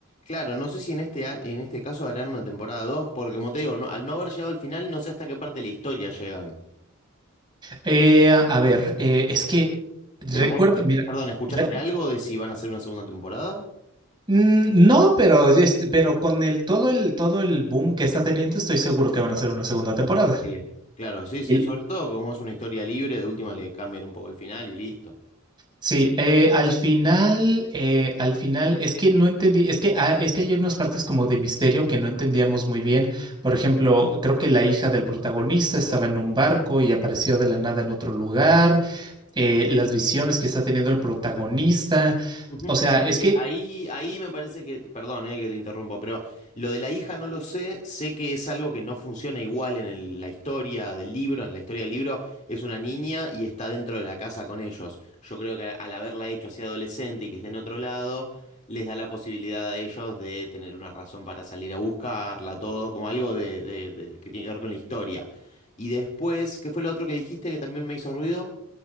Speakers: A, on the left; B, on the right.
A: Claro, no sé si en este, a- en este caso harán una temporada 2 porque como te digo, no- al no haber llegado al final, no sé hasta qué parte de la historia llegan.
B: Eh, a a ver, eh, es que recuerdo,
A: Pero vos, eh,
B: mira.
A: perdón, ¿escuchaste
B: Ya,
A: algo de si van a hacer una segunda temporada?
B: Mm, No, pero, es- pero con el todo el todo el boom que está teniendo, estoy seguro que van a hacer una segunda temporada.
A: Sí. Claro, sí, sí,
B: Y-
A: sobre todo como es una historia libre, de última le cambian un poco el final y listo.
B: Sí, eh, al final, eh, al final, es que no entendí, es que, ah, es que hay unas partes como de misterio que no entendíamos muy bien. Por ejemplo, creo que la hija del protagonista estaba en un barco y apareció de la nada en otro lugar, eh, las visiones que está teniendo el protagonista.
A: Ujú.
B: O sea, es
A: Sí,
B: que
A: ahí, ahí me parece que, perdón, eh, que te interrumpo, pero lo de la hija no lo sé, sé que es algo que no funciona igual en el- la historia del libro, en la historia del libro es una niña y está dentro de la casa con ellos. Yo creo que al haberla hecho así adolescente y que esté en otro lado, les da la posibilidad a ellos de tener una razón para salir a buscarla, todo, como algo de, de- de- que tiene que ver con la historia. Y después, ¿qué fue lo otro que dijiste que también me hizo ruido?